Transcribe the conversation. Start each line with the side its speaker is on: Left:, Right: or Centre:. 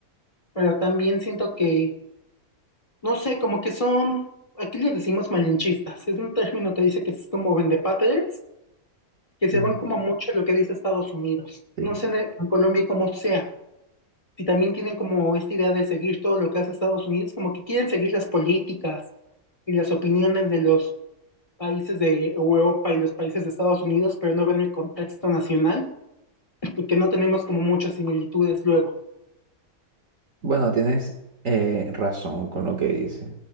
Left: Pero también siento que, no sé, como que son, aquí les decimos malinchistas. Es un término que dice que es como vendepatrias que se
Right: Ujú.
Left: van como mucho en lo que dice Estados Unidos.
Right: Sí.
Left: No sé en, en Colombia cómo sea. Si también tienen como esta idea de seguir todo lo que hace Estados Unidos, como que quieren seguir las políticas y las opiniones de los países de Europa y los países de Estados Unidos, pero no ven el contexto nacional y que no tenemos como muchas similitudes luego.
Right: Bueno, tienes eh, razón con lo que dices.